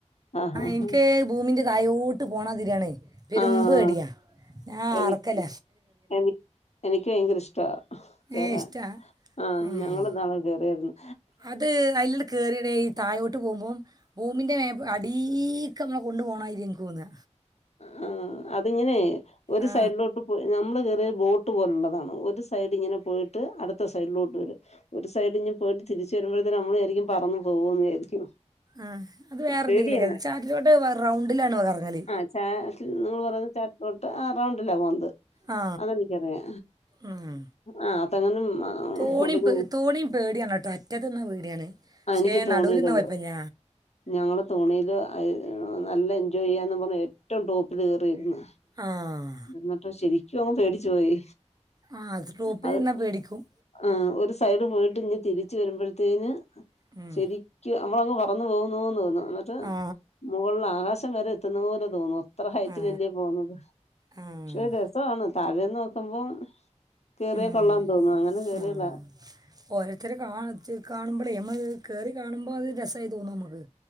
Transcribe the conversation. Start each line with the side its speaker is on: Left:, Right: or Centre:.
Left: ആഹ് ആഹ്
Right: എനിക്ക് ഭൂമിന്റെ തായോട്ട് പോണമാതിരിയാണ് <unintelligible>
Left: ആഹ്
Right: ഞാൻ
Left: എനി
Right: ആർക്കല
Left: എനി എനിക്ക് ഭയങ്കര ഇഷ്ട കേറാൻ
Right: ഏ ഇഷ്ടമാണ്
Left: ആഹ് ഞങ്ങള് ഇന്നാള് കേറിയാരുന്ന്
Right: അത് അയ്ല് <unintelligible> തഴോട്ട് പോകുമ്പം ഭൂമിൻ്റെ മേ അടീക്കമ്മളെ കൊണ്ടു പോണമായിരി എനിക്ക് തോന്ന്
Left: ആഹ് അതിങ്ങനെ ഒരു
Right: ആ
Left: സൈഡിലോട്ട് നമ്മള് കയറിയത് ബോട്ട് പോലുള്ളതാണ് ഒരു സൈഡ് ഇങ്ങനെ പോയിട്ട് അടുത്ത സൈഡിലോട്ട് വരും ഒരു സൈഡ് ഇഞ്ഞ് പോയിട്ട് തിരിച്ച് വരുമ്പോഴത്തിന് നമ്മള് വിചാരിക്കും പറന്ന് പോകുന്ന് വിചാരിക്കും
Right: ആഹ് അത് വേറെ
Left: പേടിയാണ്
Right: എന്തെങ്കിലും <unintelligible> ചാറ്റിലോട്ട് റൗണ്ടിലാണ് കറങ്ങല്
Left: ആഹ് ചാറ്റിൽ നിങ്ങൾ പറയുന്ന ചാറ്റിലോട്ട് ആഹ് റൗണ്ടിലാ പോന്നത്
Right: ആ
Left: അതെനിക്കറിയാം
Right: ഉം.
Left: ആഹ് <unintelligible>
Right: തോണിയും
Left: ഒടിഞ്ഞു
Right: പേ തോണിയും പേടിയാണ് കേട്ടോ അറ്റത്ത് നിന്നാ പേടിയാണ്
Left: ആഹ്
Right: പക്ഷേ
Left: എനിക്ക് തോണിയിലാ
Right: നടുവില് നിന്നാ
Left: പോയത്
Right: കുഴപ്പമില്ല
Left: ഞങ്ങള് തോണിയില് നല്ല എൻജോയ് ചെയ്യാന്ന് പറഞ്ഞ് ഏറ്റവും ടോപ്പിൽ കേറിയിരുന്ന്
Right: ആഹ്
Left: എന്നിട്ട് ശരിക്കും അങ്ങ് പേടിച്ചു പോയി
Right: ആ ടോപ്പിൽ
Left: അത്
Right: നിന്നാൽ പേടിക്കും
Left: ആഹ് ഒരു സൈഡ് പോയിട്ട് ഇഞ്ഞ് തിരിച്ച് വരുമ്പോഴ്ത്തേന്
Right: ഉം.
Left: ശരി നമ്മളങ്ങ് പറന്നു പോകുന്നൂന്ന് തോന്നും എന്നിട്ട്
Right: ആ
Left: മുകളില് ആകാശം വരെ എത്തുന്നത് പോലെ തോന്നും അത്ര ഹൈറ്റിലല്ലേ
Right: ആ
Left: പോകുന്നത്
Right: ആ
Left: പക്ഷെ രസമാണ് താഴേന്ന് നോക്കുമ്പോ കേറിയാ
Right: ഉം
Left: കൊള്ളാൻ തോന്നും അങ്ങനെ കേറിയതാ
Right: ആഹ് ഓരോരുത്തര് കാ കാണുമ്പോളേ നമ്മളത് കേറി കാണുമ്പോ അത് രസായി തോന്നും നമ്മക്ക്